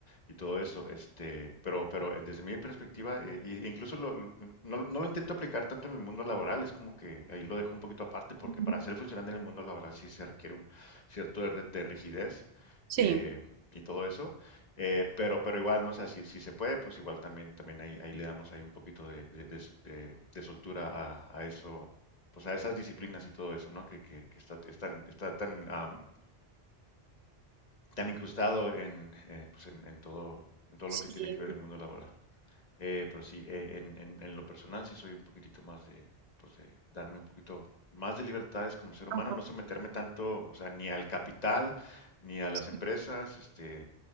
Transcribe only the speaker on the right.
ujú.
Sí,
sí,
ajá.
sí.